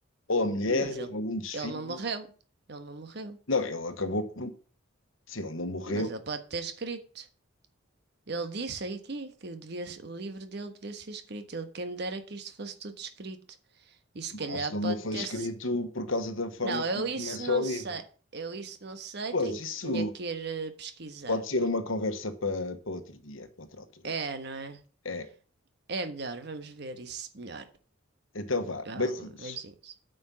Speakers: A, on the left; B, on the right.
A: ou a mulher,
B: Então, mas ele,
A: ou algum dos
B: ele
A: filhos.
B: não morreu. Ele não morreu.
A: Não, ele acabou por. Sim, ele não morreu.
B: Mas ele pode ter escrito. Ele disse aí aqui que devia, o livro dele devia ser escrito. Ele, quem me dera que isto fosse tudo escrito. E se
A: Agora,
B: calhar
A: acho que ele
B: pode
A: não foi
B: ter.
A: escrito
B: se-
A: por causa da forma
B: Não,
A: como
B: eu isso
A: começa
B: não
A: o livro.
B: sei. Eu isso não sei.
A: Pois,
B: Tenho,
A: isso
B: que- tinha que ir eh, pesquisar.
A: pode ser uma conversa para para outro dia, para outra altura.
B: É, não é?
A: É,
B: É melhor. Vamos ver isso melhor.
A: então vá,
B: Calma,
A: beijinhos.
B: beijinhos.